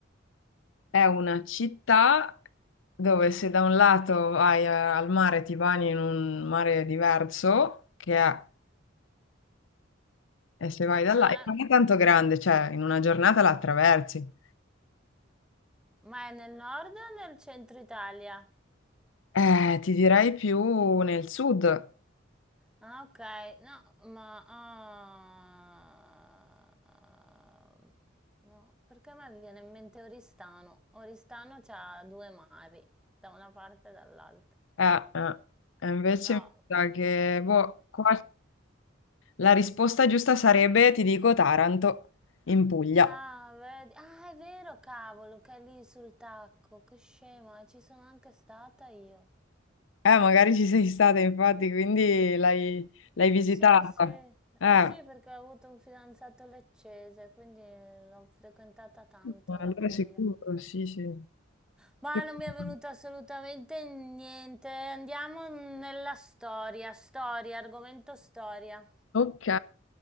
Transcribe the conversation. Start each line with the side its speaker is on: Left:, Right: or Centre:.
Left: È una città dove se da un lato vai eh, al mare ti bagni in un mare diverso, che è, e se vai da
Centre: Ma,
Left: là, e non è tanto grande, cioè in una giornata la attraversi.
Centre: ma è nel nord o nel centro Italia?
Left: Eh, ti direi più nel sud.
Centre: Ah, ok. No, ma... ah, ah, no, perché a me viene in mente Oristano. Oristano c'ha due mari, da una parte e dall'altra.
Left: Eh, eh, e invece
Centre: No,
Left: mi sa che boh, qua la risposta giusta sarebbe, ti dico, Taranto, in Puglia.
Centre: Ah, vedi. Ah, è vero, cavolo, che è lì sul tacco. Che scema, ci sono anche stata io.
Left: Eh, magari ci sei stata infatti, quindi l'hai l'hai visitata.
Centre: Sì, sì. Eh
Left: Eh.
Centre: sì, perché ho avuto un fidanzato leccese, quindi l'ho frequentata tanto
Left: Ma Allora
Centre: la Puglia.
Left: è sicuro, sì, sì.
Centre: Ma
Left: Che palle.
Centre: non mi è venuto assolutamente niente. Andiamo nella storia, storia, argomento storia.
Left: Ok,